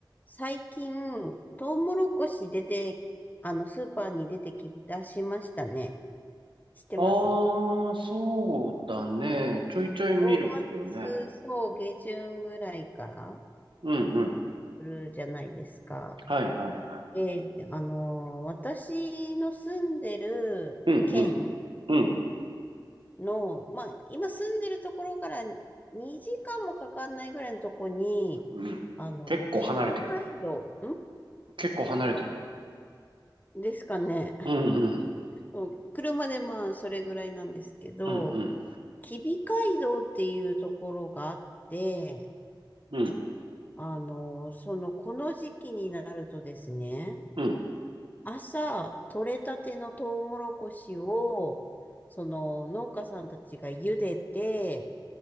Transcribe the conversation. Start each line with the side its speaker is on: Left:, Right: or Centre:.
Left: 最近、トウモロコシ出て、あの、スーパーに出てきだしましたね。知ってます
Right: ああ、そうだね。ちょいちょい見るよね。
Left: 5月、そう、下旬ぐらいから、
Right: うんうん。
Left: するじゃないですか。
Right: はいはいは
Left: ええ、あの私の住んでる県
Right: い。うんうんうん
Left: の、まあ、今住んでるところから2時間もかかんないぐらいのとこに、
Right: うん。
Left: あの、
Right: 結構離れてるね。
Left: 吉備街道、
Right: 結構離れてるね。
Left: んですかね。
Right: うんうん
Left: うん、車でまあ、それぐらいなんですけど、
Right: うんうん
Left: 吉備街道っていうところがあって、
Right: うん
Left: あの、その、この時期になるとですね、
Right: うん
Left: 朝、取れたてのトウモロコシを、その、農家さんたちが茹でて、